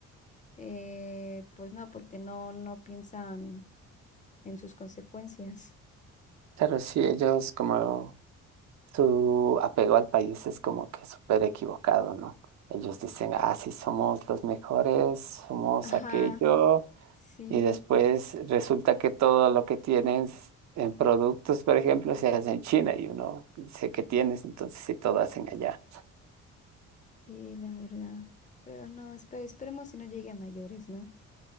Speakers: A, on the left; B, on the right.
A: eh, pues no, porque no, no piensan en sus consecuencias.
B: Claro, sí, ellos como su apego al país es como que súper equivocado, ¿no? Ellos dicen, ah, sí, somos los mejores, somos
A: Ajá,
B: aquello.
A: sí,
B: y después resulta que todo lo que tienes en productos, por ejemplo, se hace en China y uno dice que tienes, entonces sí todo hacen allá.
A: sí, la verdad. Pero no, espere- esperemos si no llegue a mayores, ¿no?